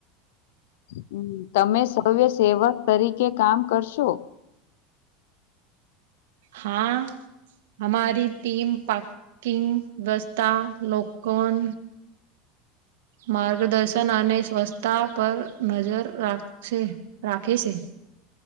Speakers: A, on the left; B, on the right.
A: હમ્મ તમે સવ્ય સેવક તરીકે કામ કરશો.
B: હા હમારી ટીમ પા કિંગ વસ્તા લોકોન માર્ગદર્શન અને સ્વચ્છતા પર નજર રાખછે રાખે છે.